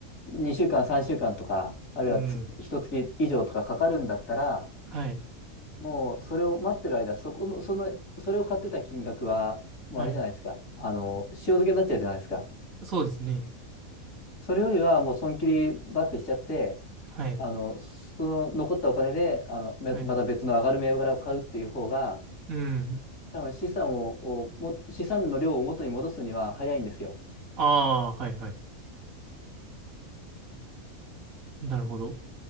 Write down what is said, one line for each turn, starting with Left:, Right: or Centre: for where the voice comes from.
Left: 2週間、3週間とか、あるいはつ、
Right: うん、
Left: 1月以上とかかかるんだったら、
Right: はい、
Left: もう、それを待ってる間、そこの、その、それを買ってた金額は、もうあれじゃないですか。
Right: はい。
Left: あの、塩漬けになっちゃうじゃないですか。
Right: そうですね。
Left: それよりは、もう、損切りバッてしちゃって、
Right: はい、
Left: あの、その残ったお金で、あの、ままた別の上がる銘柄を買うっていう方が、
Right: はい、うん。
Left: 多分資産を、をも、資産の量を元に戻すには早いんですよ。
Right: ああ、はい、はい。なるほど。